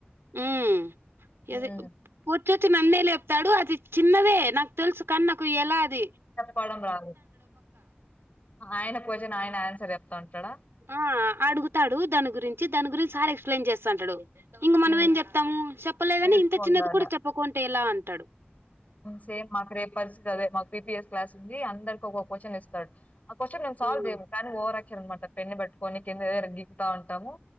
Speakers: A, on the right; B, on the left.
A: ఊ
B: ఉమ్.
A: పొద్దుటి నుంచి నన్నే లేపుతాండు తడు అది చిన్నదే నాకు తెలుసు కాన్ నాకు ఎలా ది
B: పడం రాదు ఆయన కోషన్ ఆయన ఆన్సర్ చెప్తాను చడ
A: ఆ అడుగుతాడు దాని గురించి దాని గురించి సార్ ఎక్స్ప్లేన్ చెస్ అంటాడు ఇంక మనం
B: ఉమ్.
A: ఏం చెప్తాము చెప్పలేదని
B: నేర్చుకో
A: ఇంత చిన్నది
B: ఉండాల
A: కూడ చెప్పకుంటే ఎలా తడు
B: సేమ్ మాకి పరిస్థితి అదే మ పిపిఎస్ క్లాస్ ఉంది అందరికి ఒకో క్వశ్చన్ ఇస్తాడు ఆ క్వశ్చన్ మేము సాల్వ్
A: ఉమ్.
B: చేయము కానీ ఓవరాక్షన్ అనమాట పెన్నన్ని పెట్టుకొని కిందరగుతా ఉంటాము